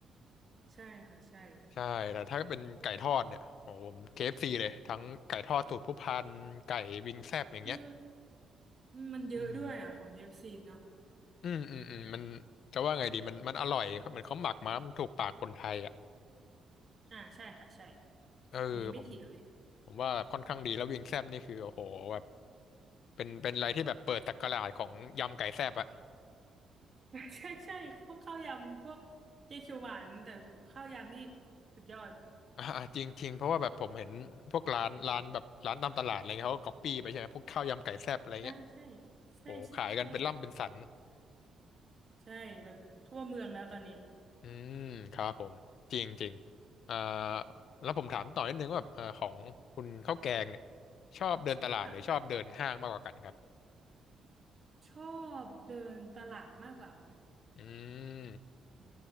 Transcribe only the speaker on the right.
ใช่ค่ะใช่
เออมันเยอะด้วยอ่ะของ
KFC เอฟซีเนาะ
อ่าใช่ค่ะใช่
อันนี้ไม่เถียงเลย
<laughs> ใช่ใช่พวกข้าวยำพวกเกยวเขียวหวานแต่ข้าวยำนี่สุดยอด
ใช่ใช่ใช่ใช่ใช่
ใช่แบบทั่วเมืองแล้วตอนนี้
ค่ะชอบเดินตลาดมากกว่าค่ะ
อ่า